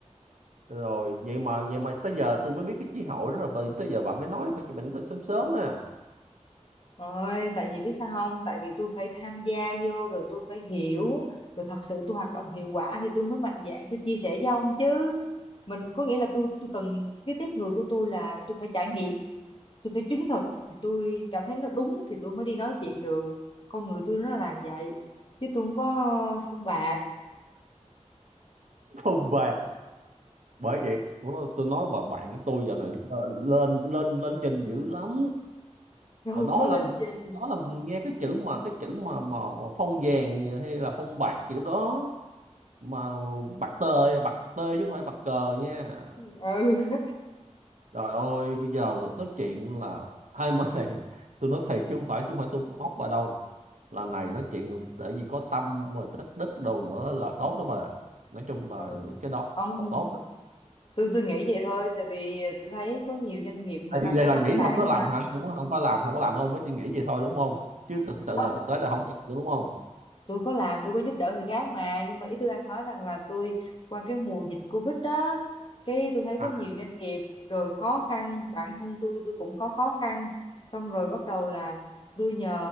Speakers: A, on the right; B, on the left.
A: rồi vậy mà vậy mà tới giờ tôi mới biết cái chí hội đó rồi bởi- tới giờ bà mới nói phải chụp nói sớm sớm à
B: ôi tại vì biết sao không tại vì tôi phải tham gia vô rồi tôi phải hiểu rồi thật sự tôi hoạt động hiệu quả thì tôi mới mạnh dạn tôi chia sẻ với ông chứ mình có nghĩa là tôi tôi cần cái tiếp người của tôi là tôi phải trải nghiệm tôi phải chứng thực thì tôi cảm thấy nó đúng thì tôi mới đi nói chuyện được con người tôi nó là như vậy chứ tôi không có phong bạc
A: không <laughs> bạc bởi vậy lúc đó tôi nói bà bạn của tôi giờ này ờ, lên lên lên trình
B: <laughs>
A: dữ lắm
B: tôi
A: hồi
B: không
A: đó
B: có
A: làm
B: lên danh
A: đó làm gì nghe cái chữ mà cái chữ mà mà, mà phong vàng hay là phong bạc kiểu đó mà
B: ừ.
A: bạc tê bạc tê chứ không phải bạc cờ nha
B: <laughs>
A: Trời ơi, bây giờ là nói chuyện là ai mà <laughs> này tôi nói thiệt chứ không phải chứ không phải tôi móc bà đâu. Là này nói chuyện tại vì có tâm mà tích đức đồ nữa là tốt đó bà. Nói chung là
B: ừ.
A: những cái đó
B: ông
A: là tốt đó.
B: tôi tôi nghĩ vậy thôi tại vì tôi thấy có nhiều doanh nghiệp người
A: Ê,
B: ta
A: vậy
B: phải
A: là
B: phá
A: nghĩ
B: sản
A: không có
B: nè
A: làm hả? Không có không có làm, không có làm đâu mới chỉ nghĩ vậy thôi đúng không? Chứ thực sự
B: không
A: là thực tế là không có làm đúng không?
B: tôi có làm tôi có giúp đỡ người khác mà nhưng mà ý tôi đang nói rằng là tôi qua cái mùa dịch Covid đó cái tôi thấy có
A: À,
B: nhiều doanh nghiệp rồi khó khăn bản thân tôi tôi cũng có khó khăn xong rồi bắt đầu là tôi nhờ